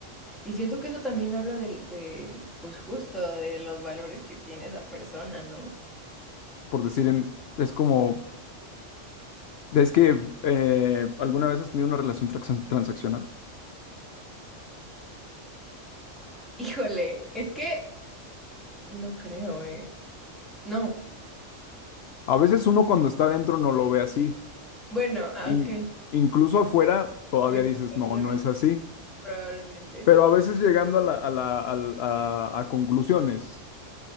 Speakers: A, in the centre; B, on the left (about 65°).
A: Y siento que eso también habla del- de, pues justo, de los valores que tiene esa persona, ¿no?
B: por decir, en- es como, es que eh, ¿alguna vez has tenido una relación trax- transaccional?
A: Híjole, es que no creo, ¿eh? No.
B: A veces uno cuando está adentro no lo ve así.
A: Bueno, ah,
B: In-
A: ok.
B: incluso afuera todavía
A: Bueno,
B: dices,
A: probablemente,
B: no, no es así.
A: probablemente
B: Pero
A: sí.
B: a veces llegando a la- a la- al- a- a conclusiones